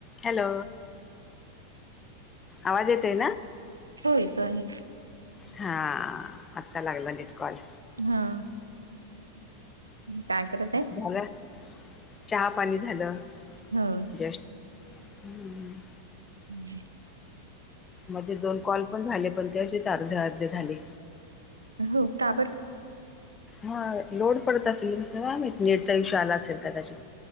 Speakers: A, on the left (about 20°); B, on the right (about 75°).
A: हॅलो आवाज येतोय ना.
B: हो येतो आहे.
A: हा आत्ता लागला नीट कॉल.
B: हा काय करत आहे
A: झालं चहा पाणी झालं
B: हो
A: जस्ट. हम्म
B: हम्म <unintelligible>
A: मध्येे दोन कॉल पण झाले पण तेच अर्धे अर्धे झाले.
B: हो का बर.
A: हा लोड पडत असेल का काय माहीत नेटचा विशय आला असेल कादाचित.